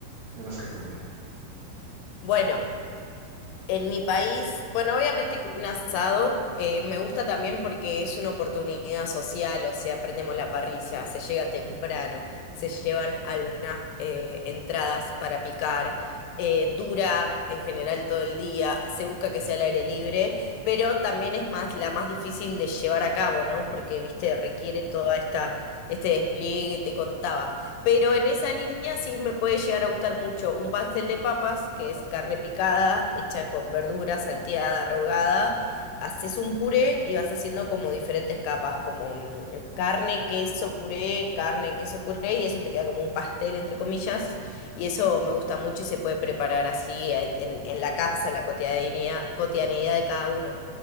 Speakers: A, on the right (about 65°); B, on the left (about 85°).
A: tengas que comer.
B: Bueno. En mi país, bueno, obviamente que un asado eh, me gusta también porque es una oportunidad social, o sea, prendemos la parrilla, se llega temprano, se llevan algunas eh, entradas para picar, eh, dura en general todo el día, se busca
A: Ujú.
B: que sea al aire libre, pero también es más la más difícil de llevar a cabo, ¿no? Porque, viste, requiere toda esta este despliegue que te contaba. Pero en esa línea sí me puede llegar a gustar mucho un pastel de papas, que es carne picada, hecha con verdura, salteada, rogada. Haces un puré y vas haciendo como diferentes capas, como mm, carne, queso, puré, carne, queso, puré, y eso te queda como un pastel, entre comillas. Y eso me gusta mucho y se puede preparar así en, en- en la casa, en la cotidianidad, cotidianidad de cada uno.